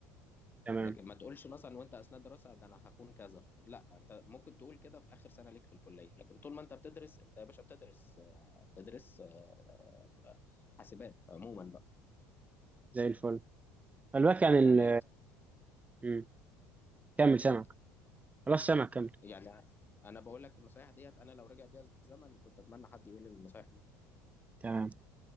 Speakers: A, on the right; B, on the left.
A: تمام
B: لكن ما تقولش مثلا وانت اثناء دراسه ده انا هكون كذا لا انت ممكن تقول كده في اخر سنه ليك في الكليه لكن طول ما انت بتدرس انت يا باشا بتدرس آه، بتدرس آه، آه، حاسبات عموما بقى
A: زي الفل خلي يعني
B: يعني
A: ال... مم. كمل
B: اتفضل
A: سامعك خلاص سامعك كمل
B: يعني انا بقول لك النصايح ديت انا لو رجع بيها الزمن كنت اتمنى حد يقول لي النصايح دي
A: تمام